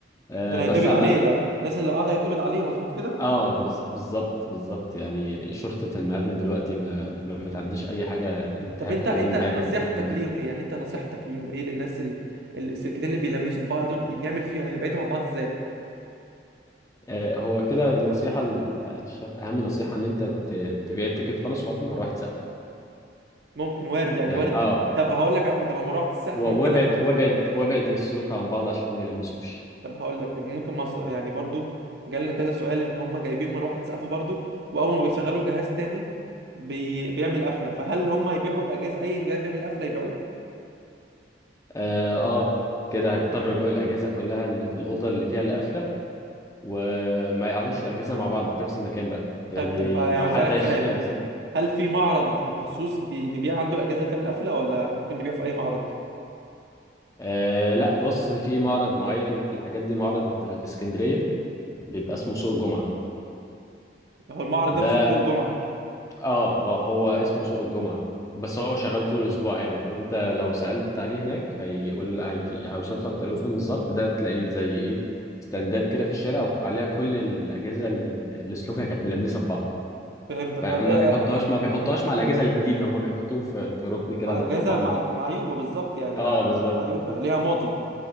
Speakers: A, on the left; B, on the right.
A: آه
B: عشان هيتقبض
A: بس عامه
B: عليه لا الناس اللي قاعده هيتقبض عليه مظبوط كده
A: اه بز- بالظبط بالظبط يعني شرطه المعادن دلوقتي ب... ما بتعديش اي حاجه انتهاك
B: طب انت
A: حقوق
B: انت
A: المعادن
B: نصيحتك
A: والحاجات دي
B: ليهم ايه يعني انت نصيحتك ليهم ايه للناس ال... ال- السلكتين اللي بيلمسوا في بعض دول نعمل فيه يعني نبعدهم عن بعض ازاي
A: آه هو كده النصيحه ال- أنا شايف اهم نصيحه ان انت ت... تبيع التكييف خالص وهات مروحه سقف
B: ممكن وارد يعني
A: يعني
B: وارد
A: اه
B: طب طب هقول لك على حاجه طب ما مروحه السقف
A: و-
B: ممكن
A: وابعد
B: لما
A: وابعد وابعد السلوك عن بعض عشان ما يلمسوش
B: طب هقول لك ممكن مص... يعني برضو جالنا كذا سؤال ان هم جايبين مروحه سقف برضو واول ما بيشغلوا جهاز تاني بي... بيعمل قفله فهل هم هيبيعوا الاجهزه اي جهاز بيعمل قفله يبيعوه
A: اه آه، كده هيضطر يبيعوا الاجهزه كلها اللي في الاوضه اللي فيها القفله وما يقعدوش الاجهزه مع بعض في نفس المكان بقى يعني
B: طب طب هسألك
A: لو حد هيشتري
B: سؤال
A: الاسامي
B: هل في معرض مخصوص بي- نبيع عنده الاجهزه اللي بتعمل قفله ولا ممكن نبيع في اي معرض
A: آه لا بص في معرض معين في الحاجات دي معرض في اسكندريه بيبقى اسمه سوق الجمعه
B: هو المعرض
A: ده
B: نفسه في سوق الجمعه
A: اه اه هو اسمه سوق الجمعه بس هو شغال طول الاسبوع عادي انت لو سالت عليه هناك هيقول هي- هيوصف لك طريقه فين بالظبط ده تلاقيه زي ايه ستاندات كده في الشارع وعليها كل الاجهزه اللي اللي سلوكها كانت ملمسه في بعض
B: فهمتك
A: فما
B: اه ليه-
A: بيحطهاش
B: آه،
A: ما بيحطهاش مع الاجهزه الجديده هما بيحطوهم في في ركن كده
B: مع
A: لوحدهم
B: جاهزة
A: مع
B: مع
A: بعض
B: معيوبة بالظبط يعني
A: اه
B: ع-
A: بالظبط
B: معيوبة ليها ماضي